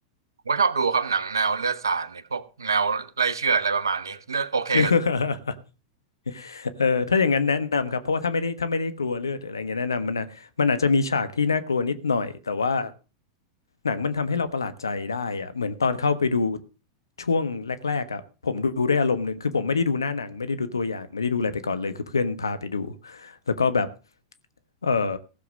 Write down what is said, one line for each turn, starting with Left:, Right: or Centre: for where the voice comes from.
Right: ผมก็ชอบดูครับหนังแนวเลือดสาดเนี่ยพวกแนวไล่เชือดอะไรประมาณนี้เลือดโอเคกับ
Left: <laughs> เออถ้าอย่างนั้นแนะนำครับเพราะว่าถ้าไม่ได้ถ้าไม่ได้กลัวเลือดหรืออะไรเงี้ยแนะนำมันนะมันอาจจะมีฉากที่น่ากลัวนิดหน่อยแต่ว่าหนังมันทำให้เราประหลาดใจได้อะเหมือนตอนเข้าไปดูช่วงแรกๆอ่ะผมดูได้อารมณ์หนึ่งคือผมไม่ได้ดูหน้าหนังไม่ได้ดูตัวอย่างไม่ได้ดูอะไรไปก่อนเลยคือเพื่อนพาไปดูแล้วก็แบบเออ